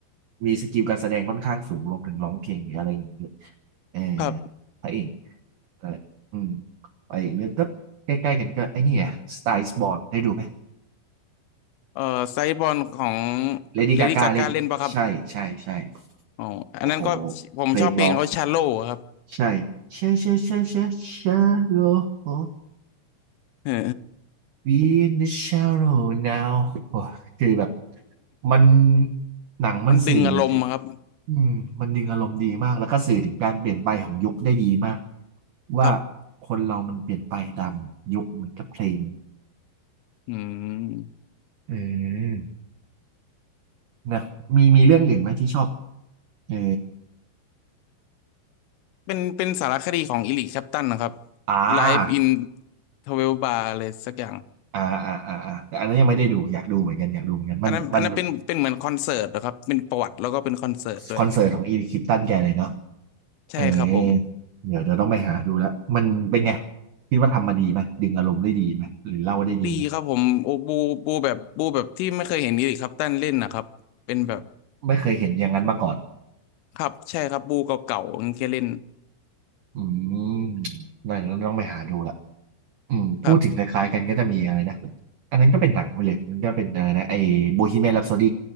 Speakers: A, on the right (about 80°); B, on the left (about 90°).
A: มีสกิลการแสดงค่อนข้างสูงรวมถึงร้องเพลงหรืออะไรอย่างเงี้ยเออ
B: ครับ
A: พระเอกเอออืมไปอีกเรื่องก็ใกล้ๆกันก็ไอ้นี่ไงสไตล์สบอร์นได้ดูไหม
B: เอ่อไซบอลของ
A: เลดี้กากาเล่นใช่ใช่ใช่
B: เลดี้กากาเล่นปะครับอ๋ออันนั้นก็ผมชอบเพลงเขาชาโลครับ
A: โอ้โหเพลงร้องใช่เชเชเชเชเชโลโอ
B: <laughs> เออ
A: We in the shallow now โอ้คือแบบมันหนังมันสื่อถึง
B: <laughs> มันดึงอารมณ์อะครับ
A: อืมมันดึงอารมณ์ดีมาก แล้วก็สื่อถึงการเปลี่ยนไปของยุคได้ดีมากว่า
B: ครับ
A: คนเรามันเปลี่ยนไปตามยุคเหมือนกับเพลง
B: อืม
A: เออนะมีมีเรื่องอื่นไหมที่ชอบเออ
B: เป็นเป็นสารคดีของอิลิชัปตันนะครับ
A: อ่า
B: Live in 12 Bar อะไรสักอย่าง
A: อ่าอ่าอ่าอ่าแต่อันนั้นยังไม่ได้ดูอยากดูเหมือนกันอยากดูเหมือนกันมันมัน
B: อันนั้นอันนั้นเป็นเป็นเหมือนคอนเสิร์ตนะครับเป็นประวัติแล้วก็เป็นคอนเสิร์ตด้วย
A: คอนเสิร์ตของอีริคลิปตันแกเลยเนาะ
B: ใช่ครับผม
A: เออเดี๋ยวเราต้องไปหาดูแล้วมันเป็นไงคิดว่าทำมาดีไหมดึงอารมณ์ได้ดีไหมหรือเล่าได้ดีไหม
B: ดีครับผมโอ้บูบูแบบบูแบบที่ไม่เคยเห็นอีริกคัปตันเล่นนะครับเป็นแบบ
A: ไม่เคยเห็นอย่างนั้นมาก่อน
B: ครับใช่ครับบูเก่าๆอย่างเงี้ยเล่น
A: อืมนั่ต้องไปหาดูและอพูดถึงคล้ายๆกันก็จะมีอะไรนะ
B: ครับ
A: อันนั้นก็เป็นหนังไปเลยมันก็เป็นอะไรนะไอ้โบฮีเมียนแรปโซด